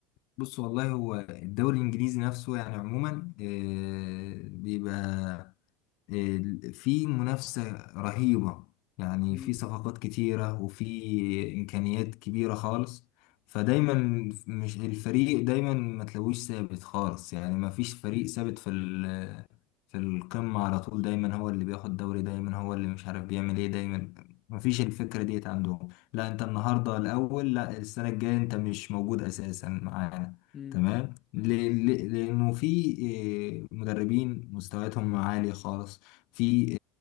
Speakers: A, on the left; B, on the left.
A: بص والله هو الدوري الانجليزي نفسه يعني عموما آه، بيبقى ال- في منافسة رهيبة يعني
B: مم.
A: في صفقات كتيرة وفي إمكانيات كبيرة خالص فدايما مش الفريق دايما ما تلاقوش ثابت خالص يعني ما فيش فريق
B: مم.
A: ثابت في ال- في القمة على طول دايما هو اللي بياخد دوري دايما هو اللي مش عارف بيعمل ايه دايما ما فيش الفكرة ديت عندهم لا انت النهاردة الأول لا السنة الجاية انت مش موجود أساسا معانا
B: مم.
A: تمام ليه- ليه- لأنه في إيه، مدربين مستوياتهم عالية خالص في